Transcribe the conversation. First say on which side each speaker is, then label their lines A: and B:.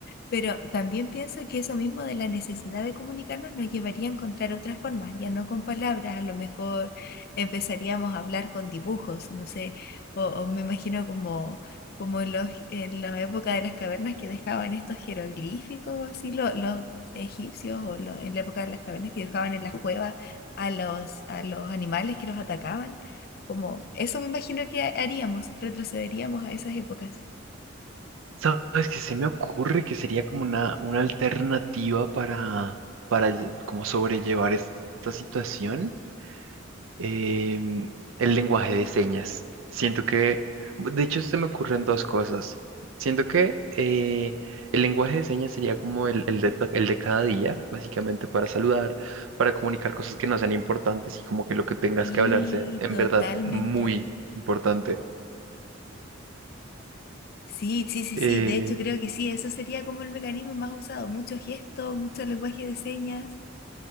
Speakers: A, on the left; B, on the right.
A: pero también pienso que eso mismo de la necesidad de comunicarnos nos llevaría a encontrar otras formas, ya no con palabras, a lo mejor empezaríamos a hablar con dibujos, no sé, o, o me imagino como, como en, los, en la época de las cavernas que dejaban estos jeroglíficos, así lo- los egipcios, o lo- en la época de las cavernas que dejaban en las cuevas a los, a los animales que los atacaban, como eso me imagino que ha- haríamos, retrocederíamos a esas épocas.
B: ¿Sabes que se me ocurre que sería como una, una alternativa para, para lle- como sobrellevar esta situación? Em, el lenguaje de señas. Siento que, de hecho, se me ocurren dos cosas. Siento que eh, el lenguaje de señas sería como el, el de, to- el de cada día, básicamente para saludar, para comunicar cosas que no sean importantes y como que lo que tengas
A: Sí,
B: que hablarse en
A: totalmente.
B: verdad muy importante.
A: Sí, sí, sí,
B: Eh,
A: sí. De hecho, creo que sí. Eso sería como el mecanismo más usado. Muchos gestos, mucho lenguaje de señas.